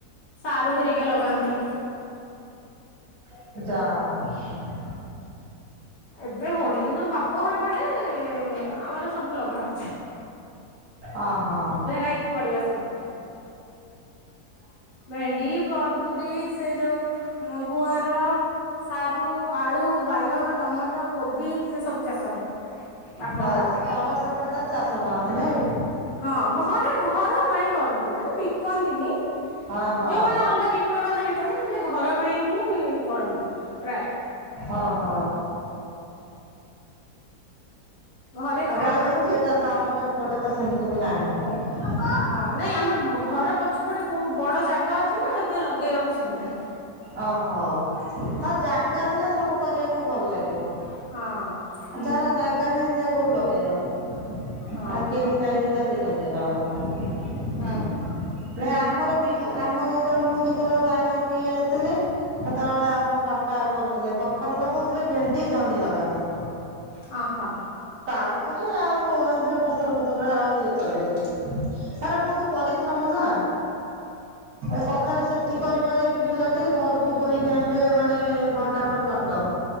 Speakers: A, on the left (about 40°); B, on the right (about 70°).
A: ସାରୁ ହେରିକା ଲଗାନ୍ତି
B: ଜା ହେ ଉ
A: ଏବେ ହଉନି କିନ୍ତୁ ମୋ ବାପ ଘର ପଟେ ଆମର ସବୁ ଲଗା ହଉଛି
B: ଓ ହୋ
A: ଭେରାଇଟି ପରିବା ସବୁ ଭେଣ୍ଡି ବରଗୁଡି ସେ ଯୋଉ ଗୁଆଁର ସାରୁ ଆଳୁ ବାଇଗଣ ଟମାଟୋ କୋବି ସେ ସବୁ ଚାଷ ହୁଏ ବାପ
B: ହଉ
A: ଘର ପଟେ
B: ତମର ସେପଟେ ତାହେଲେ ଚାଷ କରନ୍ତି ନାଇଁ
A: ହଁ ଘରେ ଘର ପାଇଁ କରନ୍ତି ମାନେ ବିକନ୍ତିନି
B: ଓହୋ
A: ଯୋଉମାନେ ଅଲଗା କିବା କଥା ବି କନ୍ତି ନହେଲେ ଘର ପାଇଁ ହିଁ କରନ୍ତି ପ୍ରାୟ
B: ଓ ହଁ ହଁ
A: ଘରେ
B: ଆଉ
A: ଖାଇବାକୁ
B: ଯଉ ଏତିକି
A: ହିଁ
B: ଚାଷ
A: ବନା
B: ଆମର ଏପଟେ ତ ସେମିତି ବି ନାହିଁ ହ <inaudible>
A: ହଁ ନାଇଁ ଆମର ଘର ପଛପଟେ ବହୁତ ବଡ ଜାଗା ଅଛି ନା ଲଗେଇବାକୁ ସୁବିଧାାରେ
B: ଓହୋ ଆଉ ଜାଗା ଥିଲେ ସବୁ କରିବାକୁ ଭଲ ଲାଗିବ
A: ହଁ
B: ଯାହାର ଜାଗା ନାହିଁ ସେ କୋଉଠି ଲଗେଇବ
A: ହଁ
B: ଆ କିିନ ଖାଇ ଦି ତା ଦିନ ଦର ର <inaudible>
A: ଅ
B: ନ ଆମରିଲ ଆମର ଯେତେବେଳେ ମୁଁ ଯେତେବେଳେ ବାହା ହେଇକି ଆସିଥିଲି ସେତେବେଳେ ଆମ ବା କରୁଥିଲେ କଖାରୁ ଲଗଉଥିଲେ ଭେଣ୍ଡି ଜହ୍ନି ଲଗାନ୍ତି
A: ହ ହଁ
B: କାଉହା ପଛରେ ଆଉ ସେ ଫସଲ ପ ଏଗୁରା ଆଉ ଇଏ କଲେନି। ଏଗୁରା ବହୁତ ପରିଶ୍ରମ ନା କଖାରୁ ସେଠି କରିବ ଯାଇକି ବିଲଟି। ଘରକୁ ବୋହିକି ଆଣିବେ ମାନେ ଘନ୍ ଟାକର ବାଟ।